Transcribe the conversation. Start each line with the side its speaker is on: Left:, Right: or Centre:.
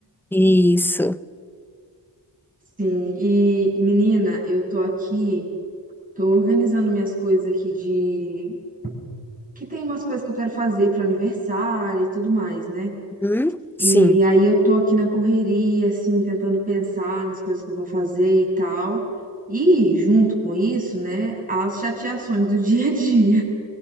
Centre: Isso.
Right: Sim, e menina, eu tô aqui, tô organizando minhas coisas aqui de que tem umas coisas que eu quero fazer pro aniversário e tudo mais, né?
Centre: Hum? Sim.
Right: E aí eu tô aqui na correria, assim, tentando pensar nas coisas que eu vou fazer e tal. E junto com isso, né, as chateações do <laughs> dia a dia.